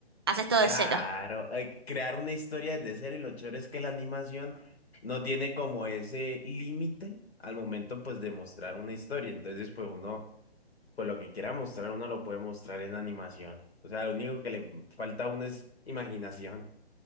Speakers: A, on the right; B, on the left.
A: haces todo de
B: claro,
A: cero.
B: eh, crear una historia desde cero y lo chévere es que la animación no tiene como ese límite al momento pues de mostrar una historia. Entonces pues uno, pues lo que quiera mostrar uno lo puede mostrar en animación. O sea, lo único que le falta a uno es imaginación.